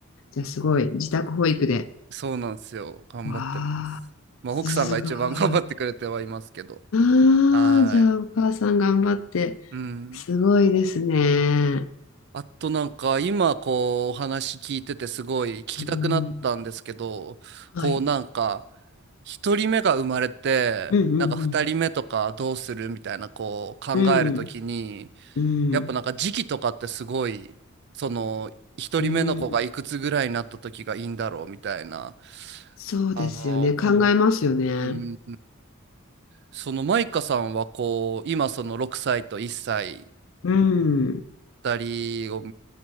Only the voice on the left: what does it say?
じゃあすごい、自宅保育で。
わあ、すごい。ああ、
じゃあお母さん頑張って。
すごいですね。
うん、はい。
うん
うんうん。うん。
うん。
うん。そうですよね。
考えますよね。
うん。